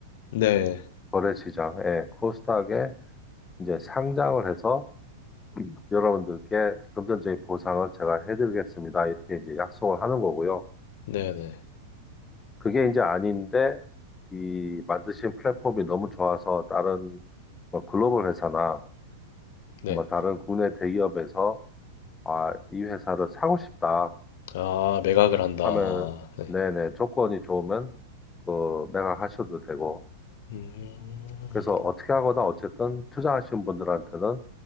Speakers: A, on the left; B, on the left.
A: 네,
B: 거래시장, 예, 코스닥에 이제 상장을 해서 여러분들께 금전적인 보상을 제가 해드리겠습니다. 이렇게 이제 약속을 하는 거고요.
A: 네, 네,
B: 그게 이제 아닌데 이 만드신 플랫폼이 너무 좋아서 다른 뭐 글로벌 회사나
A: 네,
B: 뭐 다른 국내 대기업에서 아, 이 회사를 사고 싶다
A: 아, 매각을 한다. 아,
B: 하면
A: 네,
B: 네네 조건이 좋으면 그 매각하셔도 되고
A: 음,
B: 그래서 어떻게 하거나 어쨌든 투자하신 분들한테는